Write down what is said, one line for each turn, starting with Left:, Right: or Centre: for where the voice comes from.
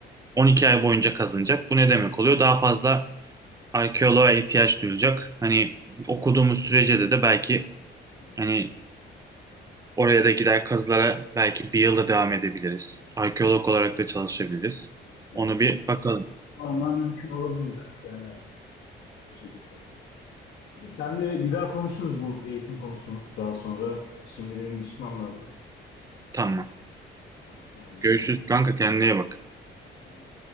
Right: 12 ay boyunca kazınacak. Bu ne demek oluyor? Daha fazla arkeoloğa ihtiyaç duyulacak. Hani okuduğumuz sürece de de belki
Left: Hı.
Right: Hani oraya da gider kazılara belki bir yılda devam edebiliriz. Arkeolog olarak da çalışabiliriz.
Left: Yani,
Right: Onu bir bakalım.
Left: Alman mümkün olabilir belki yani. Bu şekilde. İyi, senle bir daha konuşuruz bu eğitim konusunu daha sonra. Şimdi benim bir çıkmam lazım.
Right: Tamam.
Left: Tamam, hadi görüşmek
Right: Görüşürüz
Left: üzere.
Right: kanka kendine iyi bak.
Left: Sen de.